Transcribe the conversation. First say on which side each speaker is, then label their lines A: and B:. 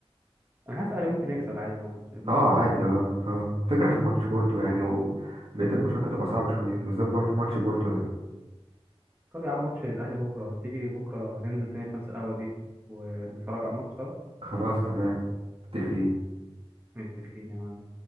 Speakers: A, on the right; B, on the right.
A: انا حاسس الاهلي ممكن يكسب عادي الماتش- الماتشات
B: اه عادي
A: اللي قصادهم
B: اه
A: دي
B: اه فكره في ماتش بورتو يعني وبقيه الماتشات هتبقى صعبه شويه بالذات بورت- ماتش بورتو ده
A: طب يا عم ماتش الاهلي بكره تيجي بكره ننزل تاني في نفس القهوه دي ونتفرج على الماتش سوا؟
B: خلاص تمام متفقين
A: متفقين يا معلم